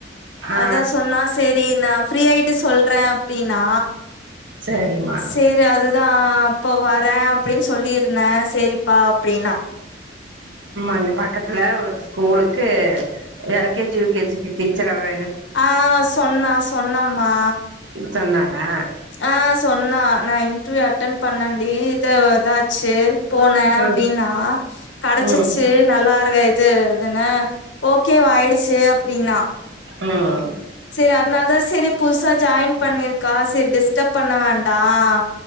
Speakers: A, on the right; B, on the left.
A: ஆ
B: அதான் சொன்னா செரி நான் ஃப்ரீயாயிட்டு சொல்றேன் அப்படினா
A: சரிம்மா
B: செரி அதுதான் அப்போ வரேன் அப்படின்னு சொல்லியிருந்தேன் சரிப்பா அப்படின்னா
A: அங்க பக்கத்துல ஒரு ஸ்கூலுக்கு எல்கேஜி யூகேஜி டீச்சரா வே
B: ஆஹ் சொன்னா சொன்னாமா
A: சொன்னாளா
B: ஆ சொன்னா நான் இன்டர்வியூ அட்டன் பண்ணண்டி இத ஏதாச்சு போனேன் அப்படின்னா
A: ம்
B: கடைச்சிச்சு
A: ம்
B: நல்லாருக இ இதுன ஓகேவாயிடுச்சு அப்படின்னா
A: உம்
B: செரி அதனால தான் செரி புதுசா ஜாயின் பண்ணிருக்கா செரி டிஸ்டர்ப் பண்ண வேண்டாம்